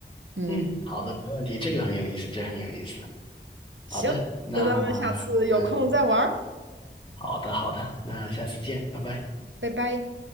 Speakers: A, on the right (about 85°); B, on the left (about 30°).
A: 嗯，
B: 嗯，好的，没问题，这个很有意思，这个很有意思。
A: 行，
B: 好的，那
A: 那咱们下次有空再玩儿。
B: 我们好的好的，那下次见，拜拜。
A: 拜拜。